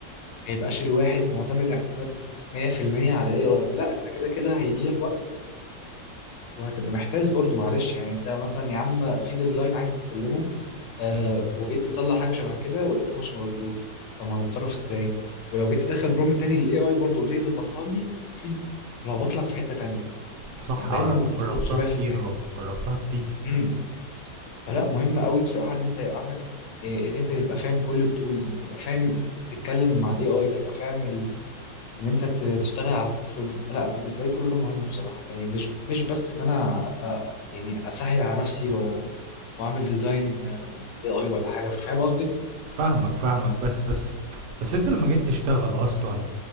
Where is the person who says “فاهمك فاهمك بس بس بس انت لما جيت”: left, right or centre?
Right